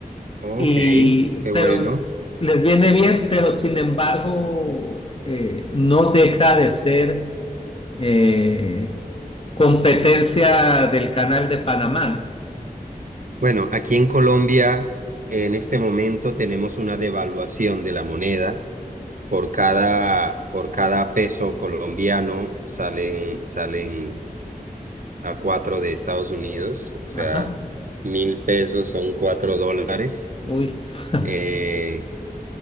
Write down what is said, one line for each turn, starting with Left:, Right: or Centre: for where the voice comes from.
Right: Ok,
Left: y,
Right: qué bueno.
Left: pero les viene bien, pero sin embargo eh, no deja de ser eh, competencia del Canal de Panamá.
Right: Bueno, aquí en Colombia, en este momento tenemos una devaluación de la moneda. Por cada, por cada peso colombiano salen, salen a cuatro de Estados Unidos. O sea,
Left: ¿no? Ajá.
Right: mil pesos son cuatro dólares.
Left: Uy. <laughs>
Right: Eh,